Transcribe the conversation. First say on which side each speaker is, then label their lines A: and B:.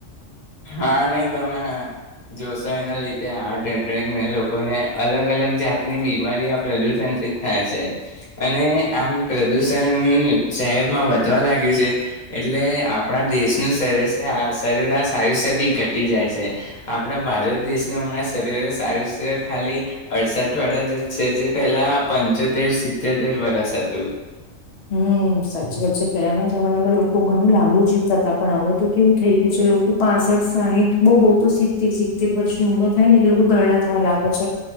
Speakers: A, on the left; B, on the left.
A: હા નહી તમે જોશો એના લીધે હાટ ટેકને લોકોને અલગ અલગ જાતની બીમારી આ પ્રદુષણથી થાય છે અને આમ પ્રદુષણ શહેરમાં વધવા લાગ્યું છે એટલે આપણા દેશનું સરેઆરાસ આયુસ્ય બી ઘટી જાય છે આપણા ભારત દેશનું હમણાં શરીર સાયુસ્ય ખાલી અડસઠ વડા જ જ છે જે પહેલા પંચોતેર સિત્યોતેર વરષ હતુ
B: હમ સાચ વાત છે પેલાના જમાનામાં લોકો ઘણું લાંબુ જીવતા હતા પણ હવે તો કેવું થઈ ગયું છે લોકો પાસઠ સાહીઠ બહ બહુ તો સિત્તેર સિત્તેર વર્ષની ઉંમર થાય ને એ લોકો ગરડા થવા લાગે છે